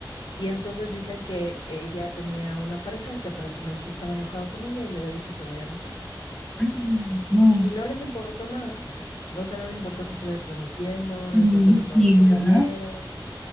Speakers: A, on the left (about 75°); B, in the centre.
A: Y entonces dicen que ella tenía una pareja que aparentemente estaba enojado con ella y le había dicho te voy a matar.
B: Ay, Dios,
A: Y no les importó nada. O sea, no les importó que estuviera transmitiendo,
B: feminicidio,
A: no les importó que todo el mundo lo viera.
B: ¿no?